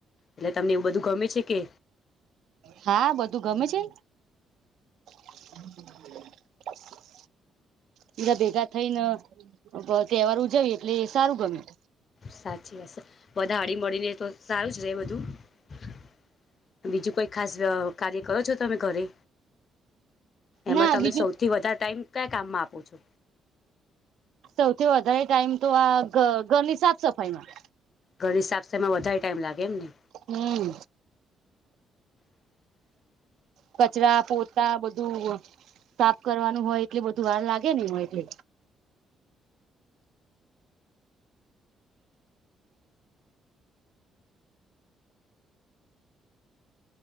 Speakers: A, on the left; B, on the right.
A: એટલે તમને એવું બધું ગમે છે કે
B: હા બધું ગમે છે <inaudible> બીધા ભેગા થઈને તહેવાર ઉજાવ એટલે સારું ગમે
A: સાચી વાત બધા હળ મળીને તો સારું જ રહેે બધું બીજું કોઈ ખાસ કાર્ય કરો છો તમે ઘરે એમાં
B: ના
A: તમે
B: બીજું
A: સૌથી વધારે ટાઈમ કયા કામમાં આપો છો
B: સૌથી વધારે ટાઈમ તો આ ઘ ઘરની સાફ સફાઈમાં
A: ઘર હિસાબ સામે વધારે ટાઈમ લાગે એમ ને
B: હમમ
A: <inaudible>
B: કચરા પોતા બધું સાફ કરવાનું હોય એટલે બધું વાર લાગે નહ હો એટલે